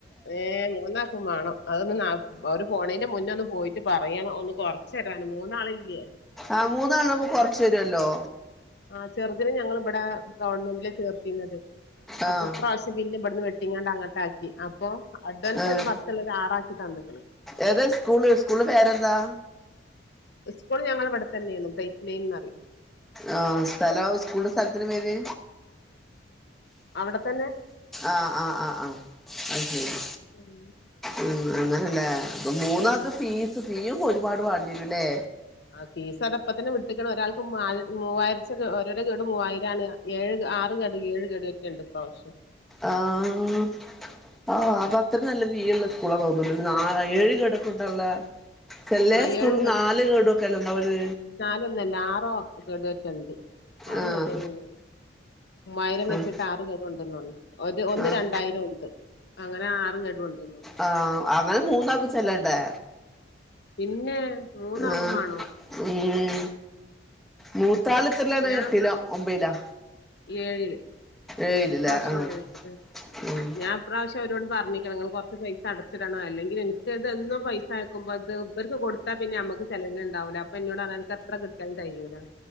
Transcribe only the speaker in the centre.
ആ മൂന്നാളവുമ്പോ കൊറച്ചു തരുമല്ലോ
ആഹ്
ഏഹ്
ഏതാ സ്കൂള് സ്കൂള് പേരെന്താ
ആ സ്ഥലോ സ്കൂളിന്റെ സ്ഥലത്തിന്റെ പേര്
ആഹ് ആഹ് ആഹ് അത് ശരി
ഉം അങ്ങനല്ലേ അപ്പൊ മൂന്നാക്ക്
ഫീസ് ഫീയും ഒരുപാട് വേണ്ടിരുല്ലേ
ആഹ് ആ അത് അത്രയും നല്ല രീതിയുള്ള സ്കൂളാ തോന്നണ് ഏഴ് കിടക്കുണ്ടല്ല ചേലെ
സ്കൂൾ
നാല് ഗെടുയൊക്കെയല്ലേ ഒണ്ടാവാത്
ആഹ് ആഹ്
ആഹ്
ആ അങ്ങനെ മൂന്നാക്കും ചെല്ലണ്ടേ
ആ
ഉം മൂത്താള് എത്രലിലാണ്
എട്ടിലോ ഒൻപതിലോ
ഏഴിലല്ലേ
ആഹ്
ഉം